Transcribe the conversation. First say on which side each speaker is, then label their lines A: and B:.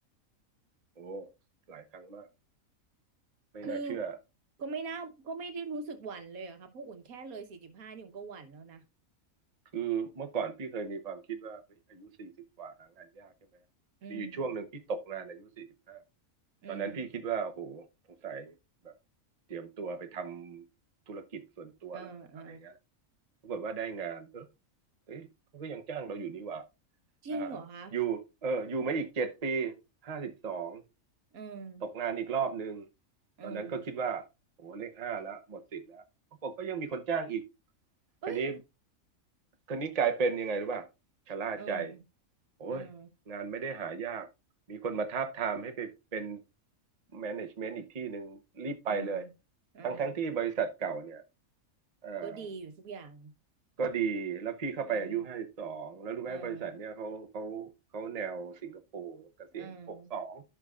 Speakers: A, on the right; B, on the right.
A: โอ้หลายครั้งมากไม่น่าเชื่อ
B: คือก็ไม่น่าก็ไม่ได้รู้สึกหวั่นเลยอะค่ะเพราะอุ่นแค่เลยสี่สิบห้านี่อุ่นก็หวั่นแล้วนะ
A: คือเมื่อก่อนพี่เคยมีความคิดว่าเฮ้ยอายุสี่สิบกว่าหางานยากใช่ไหม
B: อืม
A: มีอยู่ช่วงหนึ่งพี่ตกงานอายุสี่สิบห้า
B: อืม
A: ตอนนั้นพี่คิดว่าโอ้โหสงสัยแบบเตรียมตัวไปทำธุรกิจส่วนตัวแล้วมั้งอะไรเงี้ย
B: เออเออ
A: ปรากฏว่าได้งานเออเอ้ยเขาก็ยังจ้างเราอยู่นี่หว่า
B: จริงเหรอคะ
A: อ่าอยู่เอออยู่มาอีกเจ็ดปีห้าสิบสอง
B: อืม
A: ตกงานอีกรอบหนึ่ง
B: อืม
A: ตอนนั้นก็คิดว่าโอ้โหเลขห้าแล้วหมดสิทธิ์แล้วปรากฏก็ยังมีคนจ้างอีก
B: เอ้ย
A: คันนี้คันนี้กลายเป็นยังไงรู้ป่ะชะล่าใจ
B: อืม
A: โอ้ยงานไม่ได้หายากมีคนมาทาบทามให้ไปเป็น
B: อืม
A: แมネจเมนต์อีกที่หนึ่งรีบไปเลย
B: อืมอืม
A: ทั้งทั้งที่บริษัทเก่าเนี่ยเอ่อ
B: ก็ดีอยู่ทุกอย่าง
A: ก็ดีแล้วพี่เข้าไปอายุห้าสิบสองแล้วรู้ไหมบริษัทเนี่ยเขาเขาเขาแนวสิงคโปร์เกษียณหกสอง
B: อืมอืมอืม